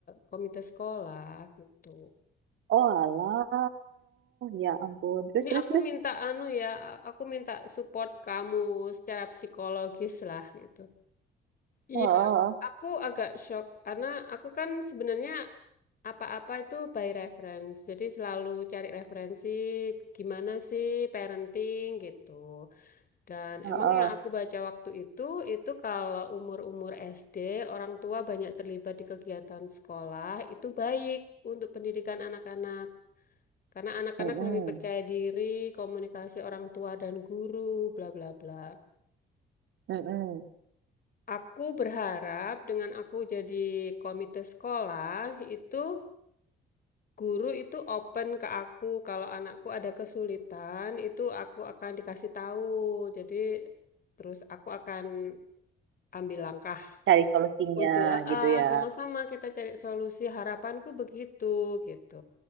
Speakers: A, on the left; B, on the right.
A: komite sekolah gitu.
B: Oh alah, ya ampun. Terus
A: Ini
B: terus
A: aku
B: terus.
A: minta anu ya, a- aku minta support kamu secara psikologis lah gitu. Iya,
B: Oh, oh,
A: aku agak shock karena aku kan sebenarnya apa-apa itu by reference. Jadi selalu cari referensi gimana sih parenting gitu. Dan
B: oh,
A: emang
B: oh,
A: yang aku
B: oh.
A: baca waktu itu, itu kalau umur-umur SD, orang tua banyak terlibat di kegiatan sekolah, itu baik untuk pendidikan anak-anak. Karena anak-anak
B: Mm-mm,
A: lebih percaya diri, komunikasi orang tua dan guru, bla bla bla.
B: mm-mm.
A: Aku berharap dengan aku jadi komite sekolah itu guru itu open ke aku kalau anakku ada kesulitan itu aku akan dikasih tahu. Jadi terus aku akan ambil langkah
B: Cari solusinya
A: untuk "Ah, ah,
B: gitu ya.
A: sama-sama kita cari solusi. Harapanku begitu gitu.